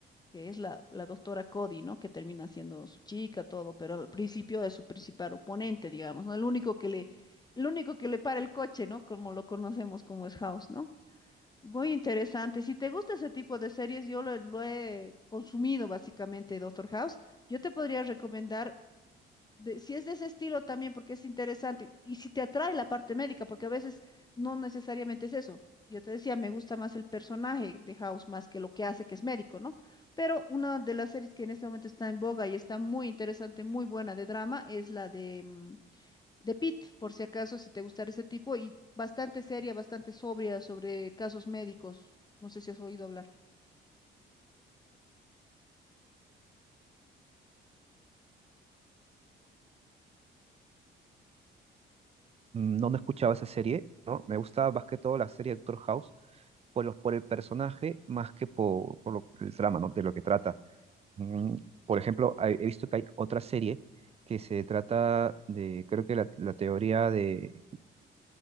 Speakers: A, on the left; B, on the right.
A: que es la, la doctora Cody, ¿no? Que termina siendo su chica, todo, pero al principio es su principal oponente, digamos, ¿no? El único que le, el único que le para el coche, ¿no? Como lo conocemos como es House, ¿no? Muy interesante. Si te gusta ese tipo de series, yo lo, lo he consumido básicamente, Doctor House. Yo te podría recomendar de- si es de ese estilo también, porque es interesante, y si te atrae la parte médica, porque a veces no necesariamente es eso. Yo te decía, me gusta más el personaje de House más que lo que hace, que es médico, ¿no? Pero una de las series que en este momento está en boga y está muy interesante, muy buena de drama, es la de, mm, de Pitt, por si acaso, si te gustara ese tipo, y bastante seria, bastante sobria sobre casos médicos. No sé si has oído hablar.
B: Mm, No, no escuchaba esa serie, ¿no? Me gustaba más que todo la serie Doctor House por, los, por el personaje más que por, por lo- el trama, ¿no? De lo que trata. Mm, Por ejemplo, hay- he visto que hay otra serie que se trata de, creo que la, la teoría de,